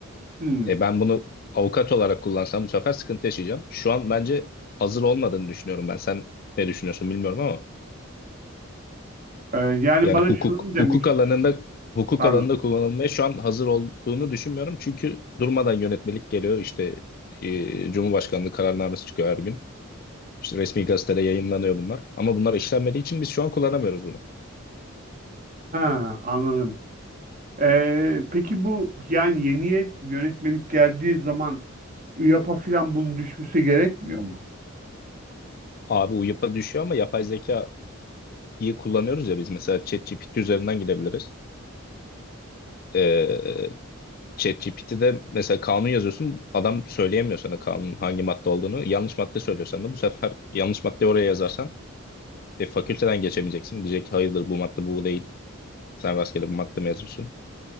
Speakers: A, on the right; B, on the left.
A: Hmm.
B: E, ben bunu avukat olarak kullansam bu sefer sıkıntı yaşayacağım. Şu an bence hazır olmadığını düşünüyorum ben. Sen ne düşünüyorsun bilmiyorum ama.
A: Ee, yani
B: Yani
A: bana
B: hukuk
A: şunu mu
B: hukuk
A: demek istiyor.
B: alanında hukuk
A: Pardon.
B: alanında kullanılmaya şu an hazır olduğunu düşünmüyorum. Çünkü durmadan yönetmelik geliyor. İşte e, Cumhurbaşkanlığı kararnamesi çıkıyor her gün. İşte resmi gazetede yayınlanıyor bunlar. Ama bunlar işlenmediği için biz şu an kullanamıyoruz bunu.
A: Ha, anladım. Ee, peki bu yani yeni yönetmenlik geldiği zaman ÜYAP'a falan bunun düşmesi gerekmiyor mu?
B: Abi UYAP'a düşüyor ama yapay zekayı kullanıyoruz ya biz. Mesela ChatGPT üzerinden gidebiliriz. Ee, ChatGPT'de mesela kanun yazıyorsun. Adam söyleyemiyor sana kanun hangi madde olduğunu. Yanlış madde söylüyorsan da bu sefer yanlış maddeyi oraya yazarsan E, fakülteden geçemeyeceksin. Diyecek ki hayırdır bu madde bu değil. Sen rastgele bir madde mezunsun.